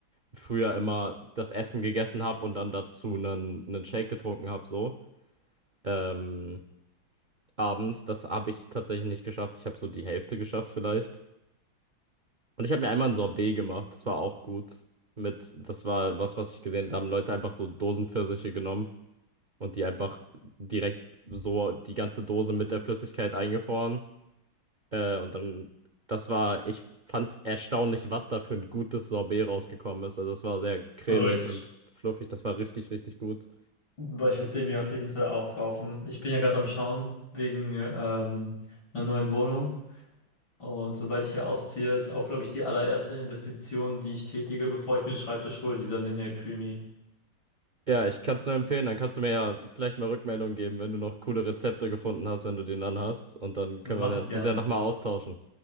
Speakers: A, on the right (about 60°); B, on the left (about 75°).
A: früher immer das Essen gegessen habe und dann dazu einen, einen Shake getrunken habe, so. Ähm abends. Das habe ich tatsächlich nicht geschafft. Ich habe so die Hälfte geschafft vielleicht. Und ich habe mir einmal ein Sorbet gemacht. Das war auch gut. Mit, das war was, was ich gesehen habe. Da haben Leute einfach so Dosenpfirsiche genommen und die einfach direkt so die ganze Dose mit der Flüssigkeit eingefroren. Äh, und dann, das war, ich fand erstaunlich, was da für ein gutes Sorbet rausgekommen ist. Also es war sehr cremig
B: Korrekt.
A: und fluffig. Das war richtig, richtig gut.
B: Boah, ich werde den mir auf jeden Fall auch kaufen. Ich bin ja gerade am Schauen wegen ähm, einer neuen Wohnung. Und sobald ich hier ausziehe, ist auch, glaube ich, die allererste Investition, die ich tätige, bevor ich mir einen Schreibtisch hole, dieser Ninja Creamy.
A: Ja, ich kann es nur empfehlen. Dann kannst du mir ja vielleicht mal Rückmeldung geben, wenn du noch coole Rezepte gefunden hast, wenn du den dann hast. Und dann können
B: Mache
A: wir dann
B: ich gerne.
A: uns ja nochmal austauschen.